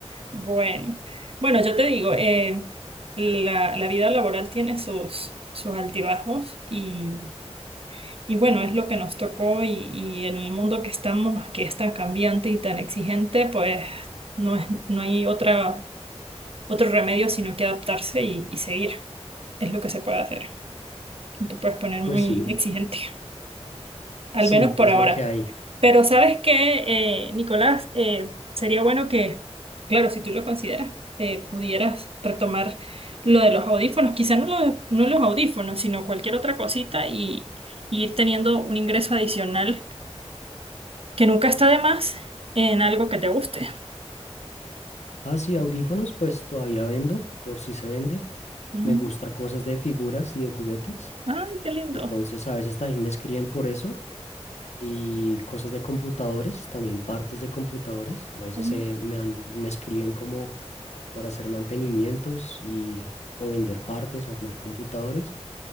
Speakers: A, on the right; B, on the left.
A: Bueno, bueno, yo te digo, eh, la, la vida laboral tiene sus, sus altibajos y, y bueno, es lo que nos tocó y, y en el mundo que estamos, que es tan cambiante y tan exigente, pues no es, no hay otra, otro remedio sino que adaptarse y, y seguir. Es lo que se puede hacer. No te puedes poner
B: pues
A: muy
B: sí,
A: exigente, al
B: sí,
A: menos por
B: es
A: ahora.
B: lo que hay.
A: Pero ¿sabes qué, eh, Nicolás? Eh, sería bueno que, claro, si tú lo consideras, eh, pudieras retomar lo de los audífonos, quizá no, lo- no los audífonos, sino cualquier otra cosita y, y ir teniendo un ingreso adicional que nunca está de más en algo que te guste.
B: Ah, sí, audífonos, pues todavía vendo, por si se vende.
A: Mm.
B: Me gusta cosas de figuras y de juguetes.
A: Ay, qué lindo.
B: Entonces a veces también me escriben por eso y cosas de computadores, también partes de computadores. A veces
A: Mm.
B: eh, me han- me escriben como para hacer mantenimientos y o vender partes o armar computadores.